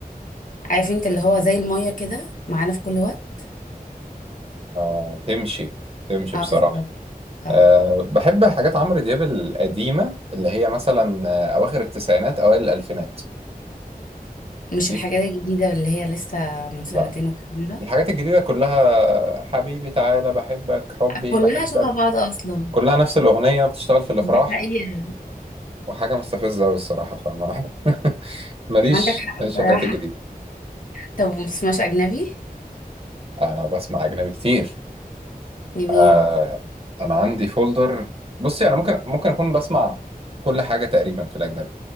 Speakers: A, on the left; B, on the right.
A: عارف انت اللي هو زي المية كده معانا في كل وقت
B: آه تمشي تمشي
A: اه
B: بصراحة
A: بالظبط اه
B: أه بحب حاجات عمرو دياب القديمة اللي هي مثلا آه، أواخر التسعينات أوائل الألفينات
A: مش
B: دي
A: الحاجات الجديدة اللي هي لسه من سنتين
B: لا
A: والكلام ده
B: الحاجات الجديدة كلها حبيبي تعالى بحبك حبي
A: كلها
B: بحبك
A: شبه بعض أصلا
B: كلها نفس الأغنية بتشتغل في الأفراح
A: ده حقيقي
B: وحاجة مستفزة أوي الصراحة فما <laughs> ماليش
A: عندك حق
B: ماليش
A: بصراحة
B: في الحاجات الجديدة
A: طب ومبتسمعش أجنبي؟
B: انا بسمع اجنبي كتير
A: لمين؟
B: آه انا عندي فولدر بصي انا ممكن ممكن اكون بسمع كل حاجه تقريبا في الاجنبي